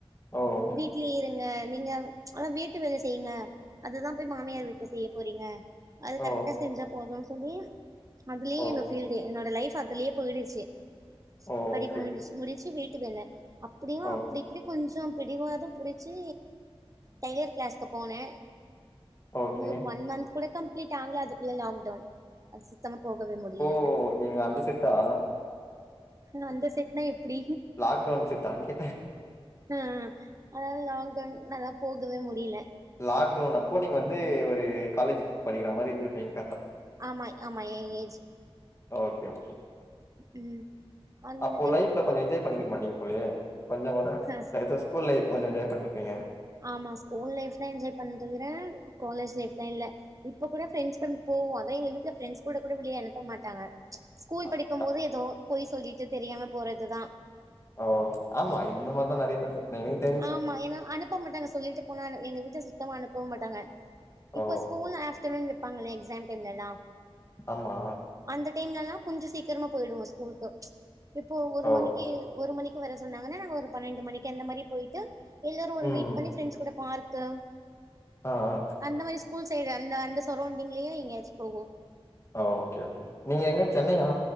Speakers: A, on the left (about 30°); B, on the right (about 35°).
A: ஓ ஓ
B: வீட்லயே இருங்க நீங்க ஆனா வீட்டு வேல செய்யுங்க அதுதா போய் மாமியார் வீட்டுல செய்ய போறீங்க அது
A: ஓ
B: கரெக்டா செஞ்சா போதும் சொல்லி அதுலயே
A: ஓ
B: எங்க ஃப் என்னோட லைஃப் அதுலயே போயிடுச்சு
A: ஓ
B: படிப்ப
A: ஓகே
B: முடிச்
A: ஓகே
B: முடிச்சு வீட் ட்டிவேல அப்டியு
A: ஓ
B: அப்டி இப்டி கொஞ்சோ பிடிவாதோ பிடிச்சு டெய்லர் கிளாஸ்கு போனே
A: ஓகே
B: ஒரு ஒன் மந்த் கூட கம்ப்ளீட் ஆகலா அதுக்குள்ள லாக்டவுன் <unintelligible> த்தமா போவே முடியல
A: ஓ நீங்க அந்த செட் ஆ
B: ஆ அந்த செட்னா எப்படி
A: லாக்டவுன் செட்டான்னு கேட்டே
B: ஆ ஆ அதனாது லாக்டவுன் நாதா போகவே முடியல
A: லாக்டவுன் அப்போ நீங்க வந்து ஒரு காலேஜ்ல படிக்கிற மாரி இருந்துருபிங்க
B: ஆமா ஆமா ஏ ஏஜ்
A: ஓகே ஓகே
B: ம் அந்த
A: அப்போ லைஃப்ல கொஞ்ச என்ஜாய் பண்ணிருக்க மாட்டீங்க போலயே கொஞ்சோ கூட
B: ஹஸ்
A: ஏதோ ஸ்கூல் லைஃப் கொஞ்சோ
B: ஏ
A: என்ஜாய் பண்ணிருப்பீங்க
B: ஆமா ஸ்கூல் லைஃப் தா என்ஜாய் பண்ணே தவிர காலேஜ் லைஃப் லா இல்ல இப்போ கூட ஃப்ரெண்ட்ஸ் கூட போவோ அதா எங்க வீட்ல ப்ரெண்ட்ஸ் கூட வெளிய அனுப்ப மாட்டாங்க ஸ்கூல்
A: அ
B: படிக்கும்
A: அப்ப
B: போது ஏதோ பொய் சொல்லிட் ட்டு தெரியாம போறதுதா
A: ஓ ஆமா இந்த மாரிதா நிறைய பே <unintelligible>
B: ஆமா ஏன்னா அனுப்ப மாட்டாங்க சொல்லிட்டு போனாலு எங்க வீட்ல சுத்தமா அனுப்ப மாட்டாங்க
A: ஓ
B: இப்ப ஸ்கூல் ஆஃப்டர் வே உ நிப்பாங்களே எக்ஸாம் டைம்லலா
A: ஆமா
B: அந்த டைம்லலா கொஞ்ச சீக்கிரமா போயிடுவோ ஸ்கூலுக்கு இப்போ ஒரு
A: ஓ
B: மணிக்கு
A: ஓகே
B: ஒரு மணிக் வர சொன்னாங்கன்னா நாங்க ஒரு பன்னெண்டு மணிக்கு அந்த மாரி போயட்டு எல்லாரும் ஒரு
A: ம்
B: மீட் பண்ணிஃப்ரெண்ட் கூட பார்க்கு தான்
A: ஆ ஆ
B: அந்த மாதிரி ஸ்கூல் சைடு அந்த அந்த சரௌண்டிங்லயும் எங்கயாச்சும் போவோம்
A: ஓ ஓகே ஓகே கே நீங்க எங்க சென்னையா